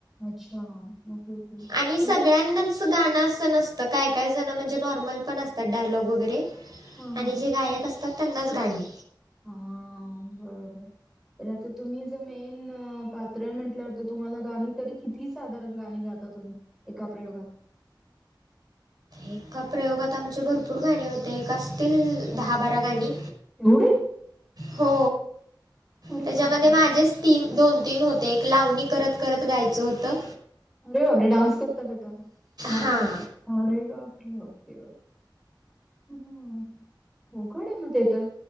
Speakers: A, in the centre; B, on the right (about 55°).
A: अच्छा. Okay, okay.
B: आणि सगळ्यांना.
A: तो
B: गाणं असं नसतं काय काय जण म्हणजे नॉर्मल पण असतात डायलॉग वगैरे.
A: हां,
B: आणि
A: हां.
B: जे गायक असतात त्यांनाच गाणे.
A: हा बरोबर अरे आता तुम्ही जर मेन अ पात्र म्हटल्यावर तर तुम्हाला गाण तरी किती साधारण गाणी गाता तुम्ही? एका प्रयोगात.
B: एका प्रयोगात आमचे भरपूर गाणे होते एक असतील दहा बारा गाणी.
A: एवढी?
B: हो
A: अरे
B: त्याच्यामध्ये
A: बापरे!
B: माझेच तीन, दोन तीन होते एक लावणी करत - करत गायचं होतं.
A: अरे बाप रे डान्स करता - करता नाचत
B: हां
A: अरे बापरे - बापरे बाप हम्म अवघडे म ते तर